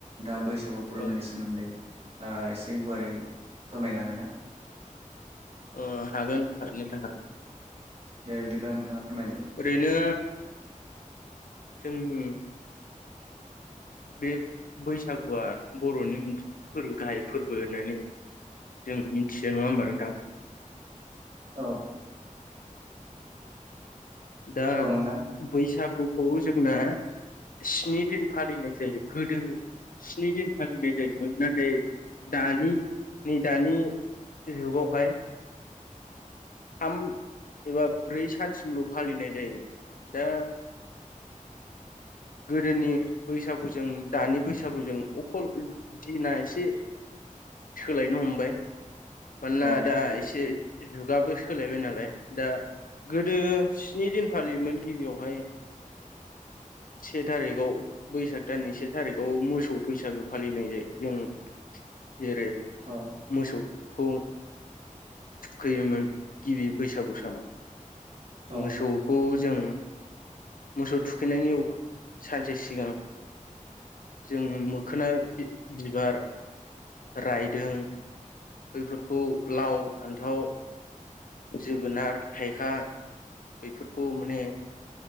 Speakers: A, on the right; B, on the left.
A: दा बैसागु फोरबुनि
B: ओं
A: सोमोन्दै एसे गुवारै फोरमायनो हागोन ना?
B: ओ हागोन नोंथां हागोन।
A: दे बिदिब्ला नोंथाङा फोरमायदो
B: ओरैनो जोंनि बे बैसागुआ बर'नि फोरबो गाहाय फोरबो होननानै जों मिथियो नङा होमबा नोंथा?
A: औ
B: दा
A: औ नोंथां
B: बैसागु खौ जोंना स्नि दिन फालिनाय जायो गोदो स्नि दिन फालिनाय जायोमोन नाथाय दानि नै दानि जुगावहाय थाम एबा ब्रै सानसिमल' फालिनाय जायो दा गोदोनि बैसागुजों दानि बैसागुजों अखल दिना एसे सोलायनो हमबाय। मानोना
A: औ
B: दा एसे जुगाब बो सोलायबाय नालाय दा गोदो स्नि दिन फालियोमोन गिबियावहाय से थारिखआव बैसाग दाननि से थारिखआव मोसौ बैसागो फालिनाय जायो जों जेरै
A: औ
B: मोसौखौ थुखैयोमोन। गिबि बैसागु सानाव
A: औ
B: मोसौखौ। जों मोसौ थुखैनायनि सानसे सिगां जों मोखोना बिबार रायदों बैफोरखौ लाव फान्थाव। जोगोनार थायखा बेफोरखौ माने